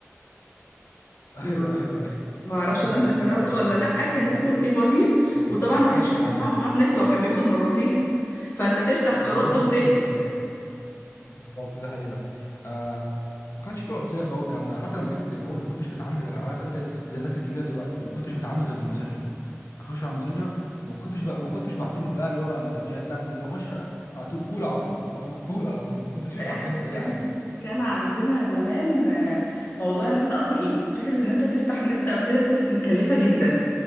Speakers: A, on the left; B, on the left.
A: <laughs> ايوه
B: ما
A: ايوه ايوه
B: ما اعرفش
A: بالظبط
B: ده انت جربته
A: ده حقيقه فعلا
B: ولا لا كان
A: انا كمان-
B: اسمه الايبادي
A: ايوه
B: وطبعا
A: ايوه
B: ما كانش
A: فاكر
B: في حاجه اسمها
A: ايوه
B: باقات
A: ايوه
B: نت هو كان بياخد من الرصيد فانت تفتح
A: بالظبط
B: ترد وتقفل
A: كان في الموسيقى بالظبط ده حقيقه آه ما كانش في واتساب بقى والكلام ده حتى لما جبت التليفون ما كنتش بتعامل غير عارف انت زي الناس الكبيره دلوقتي ما كنتش بتعامل غير بالماسنجر اخش على الماسنجر وما كنتش بقى ما كنتش بعتمد بقى اللي هو بقى مسجات لا انا كنت بخش على طول كول على طول فاهم كول على طول ما كنتش
B: لا
A: بعتمد
B: احنا
A: اي
B: كان
A: حاجه
B: كان عندنا زمان آه، موضوع ان انت اصلا يعني فكرة ان انت تفتح نت او كده دي كانت مكلفة جدا